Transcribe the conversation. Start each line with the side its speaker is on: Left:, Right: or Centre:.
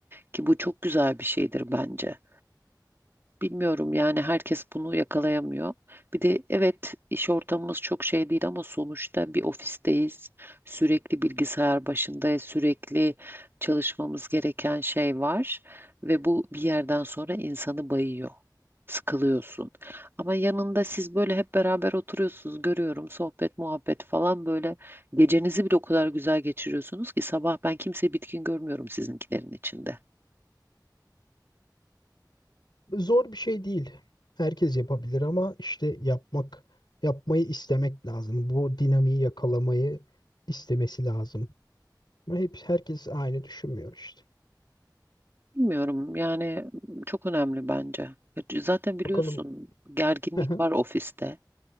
Right: Ki bu çok güzel bir şeydir bence. Bilmiyorum yani herkes bunu yakalayamıyor. Bir de evet iş ortamımız çok şey değil ama sonuçta bir ofisteyiz. Sürekli bilgisayar başındayız. Sürekli çalışmamız gereken şey var. Ve bu bir yerden sonra insanı bayıyor. Sıkılıyorsun. Ama yanında siz böyle hep beraber oturuyorsunuz. Görüyorum sohbet muhabbet falan böyle. Gecenizi bile o kadar güzel geçiriyorsunuz ki sabah ben kimseyi bitkin görmüyorum sizinkilerin içinde.
Left: Zor bir şey değil. Herkes yapabilir ama işte yapmak, yapmayı istemek lazım. Bu dinamiği yakalamayı istemesi lazım. Ama hep herkes aynı düşünmüyor işte.
Right: Bilmiyorum yani çok önemli bence. Ya Zaten biliyorsun
Left: Bakalım.
Right: gerginlik
Left: <laughs> Hı hı,
Right: var ofiste.